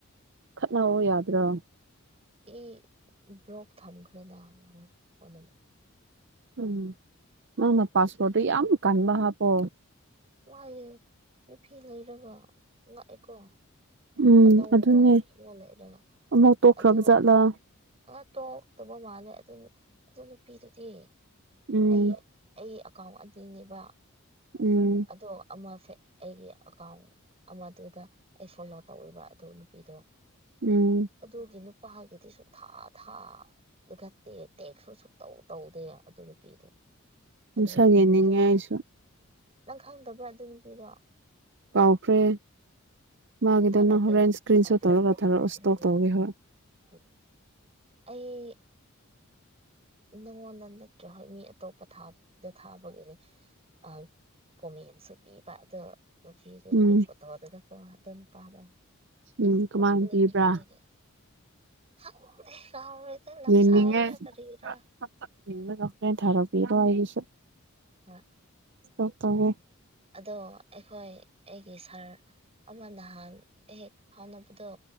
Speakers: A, on the right; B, on the right.
A: ꯈꯠꯅꯧꯑꯣ ꯌꯥꯗ꯭ꯔꯣ
B: ꯏ ꯕ꯭ꯔꯣꯛ ꯊꯝꯈ꯭ꯔꯦ ꯅꯍꯥꯃꯨꯛ ꯐꯣꯟꯅꯝꯕꯔ
A: ꯎꯝ ꯅꯪꯅ ꯄꯥꯁꯄꯣꯔꯠꯇꯣ ꯌꯥꯝ ꯀꯟꯕ ꯍꯥꯞꯄꯣ
B: ꯃꯥꯌꯦ ꯅꯨꯄꯤ ꯂꯩꯔꯕ ꯉꯛꯑꯦꯀꯣ
A: ꯎꯝ
B: ꯑꯅꯧꯕ
A: ꯑꯗꯨꯅꯦ
B: ꯑꯃ ꯂꯩꯔꯕ
A: ꯑꯃꯨꯛ ꯇꯣꯛꯈ꯭ꯔꯕ
B: ꯑꯗꯣ
A: ꯖꯥꯠꯂꯥ
B: ꯑ ꯇꯣꯛꯇꯕ ꯃꯥꯜꯂꯦ ꯑꯗꯨ ꯅꯨ ꯑꯗꯨ ꯅꯨꯄꯤꯗꯨꯗꯤ
A: ꯎꯝ
B: ꯑꯩ ꯑꯩ ꯑꯀꯥꯎ ꯑꯅꯤꯅꯦꯕ
A: ꯎꯝ
B: ꯑꯗꯣ ꯑꯃ ꯐꯦꯛ ꯑꯩꯒꯤ ꯑꯦꯀꯥꯎꯟ ꯑꯃꯗꯨꯗ ꯑꯩ ꯐꯣꯂꯣ ꯇꯧꯋꯕ ꯑꯗꯨ ꯅꯨꯄꯤꯗꯣ
A: ꯎꯝ
B: ꯑꯗꯨꯒꯤ ꯅꯨꯄꯥꯒꯤꯗꯤ ꯁꯨꯛꯊꯥ ꯊꯥ ꯑꯗꯨ ꯇꯦꯛ ꯇꯦꯛꯁꯨ ꯁꯨ ꯇꯧ ꯇꯧꯗꯦ ꯑꯗꯨ ꯅꯨꯄꯤꯗꯣ
A: ꯅꯨꯡꯁꯥ
B: ꯑꯗꯨꯕꯨ
A: ꯌꯦꯡꯅꯤꯡꯉꯦ
B: ꯑꯗꯨ
A: ꯑꯩꯁꯨ
B: ꯅꯪ ꯈꯪꯗꯕ꯭ꯔꯥ ꯑꯗꯨ ꯅꯨꯄꯤꯗꯣ
A: ꯀꯥꯎꯈ꯭ꯔꯦ ꯃꯥꯒꯤꯗꫭ
B: ꯑꯃꯨꯛ ꯊꯥꯔꯛꯀꯦ
A: ꯅꯪ ꯍꯣꯔꯦꯟ ꯏꯁꯀ꯭ꯔꯤꯟ
B: ꯑꯗꯨꯕꯨ
A: ꯁꯣꯠ ꯇꯧꯔꯒ ꯊꯥꯔꯛꯑꯣ ꯏꯁꯇꯣꯛ
B: ꯎꯝ
A: ꯇꯧꯒꯦ ꯍꯣꯏ
B: <inaudible> ꯑꯩ ꯅꯉꯣꯟꯗ ꯅꯠꯇ꯭ꯔꯥ ꯍꯣꯏ ꯃꯤ ꯑꯇꯣꯞꯄꯥꯗ ꯊꯥꯕꯒꯤꯅꯦ ꯑ ꯀꯣꯃꯦꯟꯁꯨ ꯄꯤꯕ ꯑꯗꯨ ꯅꯨꯄꯤꯗꯨꯒꯤ
A: ꯎꯝ
B: ꯐꯣꯇꯣꯗꯨꯗ ꯀꫭ ꯑꯗꯨ ꯅꯨꯄꯥꯗꫭ
A: ꯎꯝ ꯀꯃꯥꯏꯅ
B: ꯅꫭꯛꯅꯤꯡꯉꯦ
A: ꯄꯤꯕ꯭ꯔꯥ
B: ꯑꯩꯗꯤ ꯈꯪꯗꯦ ꯀꯥꯎꯔꯦꯗ ꯂꯞꯁꯥꯏꯔ
A: ꯌꯦꯡꯅꯤꯡꯉꯦ <unintelligible>
B: ꯀꯔꯤꯔꯥ ꯍꯣꯏ
A: ꯇꯦꯛ ꯇꯧꯒꯦ
B: ꯑꯗꯣ ꯑꯩꯈꯣꯏ ꯑꯩꯒꯤ ꯁꯥꯔ ꯑꯃ ꯅꯍꯥꯟ ꯍꯦꯛ ꯐꯥꯎꯅꯕꯗꯣ